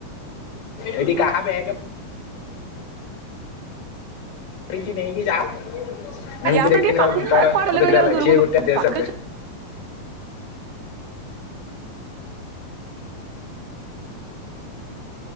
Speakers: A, on the left; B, on the right.
A: ଏଠି କାହା ବେଗେ ପଡିଚି ନେଇକି ଯାଅ ଏମତି
B: ଆପଣ
A: ଦେଖିନେ
B: ଟିକେ ପାଖକୁ
A: ତାର ଉଁ ତାର
B: କୁଆଡେ ଗଲେ
A: ମତେ
B: କହିଲେ
A: ଚିଡା ଲାଗେ
B: ଦୂରକୁ
A: ସିଏ ଗୋଟେ ଦେଶଟେ
B: ପାଖରେ